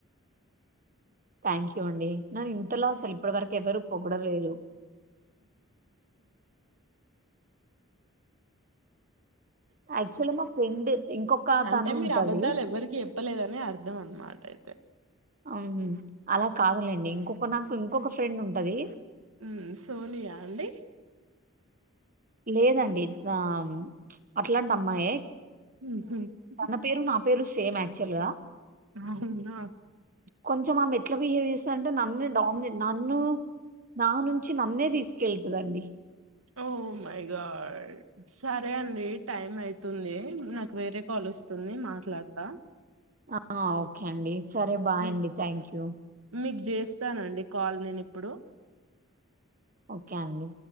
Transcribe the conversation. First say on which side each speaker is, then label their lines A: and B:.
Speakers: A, on the right; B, on the right.
A: థ్యాంక్ యూ చెకోండి న ఇంతలా స్వ ఇప్పుడు వరకు ఎవరు పొగడలేరు యాక్చువల్ మా ఫ్రెండ్ ఇంకొక
B: అంటే
A: తను
B: మీరు
A: ఉంటది
B: అబద్ధాలు ఎవ్వరికి చెప్పలేదని అర్థం అనమాట అయితే
A: అహ అలా కాదులేండి ఇంకొక నాకు ఇంకొక ఫ్రెండ్ ఉంటది
B: మ్ సోనియా అండి
A: లేదండి ఆ అట్లాంటి అమ్మాయే
B: ఊహు
A: తన పేరు నా పేరు సేమ్ యాక్చువల్గా
B: అవునా
A: కొంచెం ఆమే ఎట్లా బిహేవ్ చేస్తది అంటే నన్నే డమినేట్ నన్ను నా నుంచి నన్నే తీసుకెళ్తందండి.
B: ఓ మైగాడ్ సరే అండి టైమ్ అయితుంది నాకు వేరే కాల్ వస్తుంది మాట్లాడతా.
A: ఆ ఓకే అండి సరే బాయండి
B: మ్-
A: థ్యాంక్ యూ.
B: మీకు చేస్తానండి కాల్ నేను ఇప్పుడు.
A: ఓకే అండి